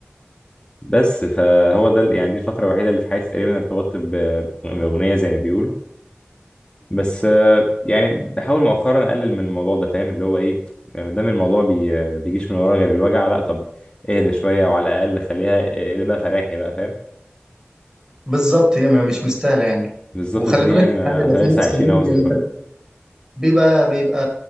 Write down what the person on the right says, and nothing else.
بالظبط هي م- مش مستاهله يعني
وخلي
بالك
حاجه
ده في ناس
كمان
يعني
انت بيبقى بيبقى